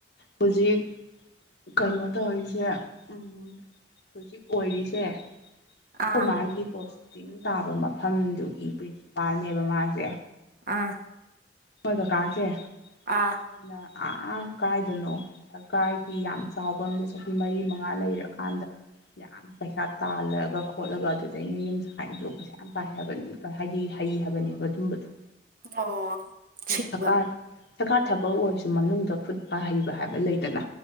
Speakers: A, on the left; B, on the right.
A: ꯍꯧꯖꯤꯛ ꯀꯩꯅꯣ ꯇꯧꯔꯤꯁꯦ ꯎ ꯍꯧꯖꯤꯛ ꯑꯣꯏꯔꯤꯁꯦ
B: ꯑꯥ
A: ꯈꯣꯢ ꯃꯥꯒꯤ ꯄꯣꯁꯇꯤꯡ ꯇꯥꯕ ꯃꯐꯝꯗꯨꯒꯤ ꯄ꯭ꯔꯤꯟꯁꯤꯄꯥꯜꯅꯦꯕ ꯃꯥꯁꯦ
B: ꯑꯥ
A: ꯑꯈꯣꯢ ꯀꯀꯥ ꯁꯦ
B: ꯑꯥ
A: ꯑꯗꯨꯅ ꯑꯥ ꯀꯥꯏꯗꯅꯣ ꯁꯔꯀꯥꯔꯒꯤ ꯌꯥꯝ ꯆꯥꯎꯕ ꯑꯃꯗ ꯆꯍꯤ ꯃꯔꯤ ꯃꯉꯥ ꯂꯩꯔꯀꯥꯟꯗ ꯌꯥꯝ ꯄꯩꯁꯥ ꯇꯥꯜꯂꯒ ꯈꯣꯠꯂꯒ ꯑꯗꯨꯗꯩꯅꯦ ꯌꯨꯝ ꯁꯒꯥꯢꯗꯣ ꯄꯩꯁꯥ ꯌꯥꯝ ꯄꯥꯏꯔꯕꯅꯦ ꯍꯥꯏꯗꯤ ꯍꯩ ꯍꯥꯏꯕꯅꯦꯕ ꯑꯗꯨꯝꯕꯗꯣ
B: ꯑꯣ ꯁꯤꯡꯕ
A: ꯁꯔꯀꯥꯔ ꯁꯔꯀꯥꯔ ꯊꯕꯛ ꯑꯣꯏꯔꯁꯨ ꯃꯅꯨꯡꯗ ꯈꯨꯠ ꯁꯥ ꯍꯩꯕ ꯍꯥꯏꯕ ꯂꯩꯗꯅ